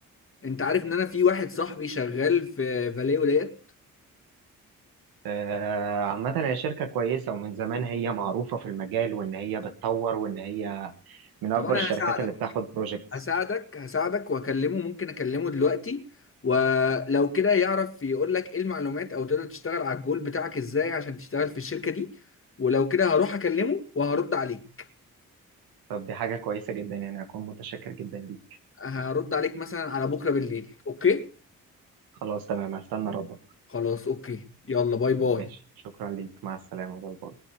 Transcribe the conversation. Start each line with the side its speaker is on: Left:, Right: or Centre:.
Left: انت عارف ان انا في واحد صاحبي شغال في فاليو ديت
Right: آه، عامة هي شركة كويسة ومن زمان هي معروفة في المجال وإن هي بتطور وإن هي من
Left: طب
Right: أكبر
Left: انا
Right: الشركات
Left: هساعدك
Right: اللي بتاخد بروجيكتس
Left: هساعدك هساعدك واكلمه ممكن اكلمه دلوقتي ولو كده يعرف يقول لك ايه المعلومات او تقدر تشتغل على الجول بتاعك ازاي عشان تشتغل في الشركة دي ولو كده هروح اكلمه وهرد عليك
Right: طب دي حاجة كويسة جدا يعني أكون متشكر جدا ليك
Left: هرد عليك مثلا على بكرة بالليل اوكي
Right: خلاص تمام هستنى ردك
Left: خلاص اوكي يلا باي باي
Right: ماشي شكرا ليك مع السلامة باي باي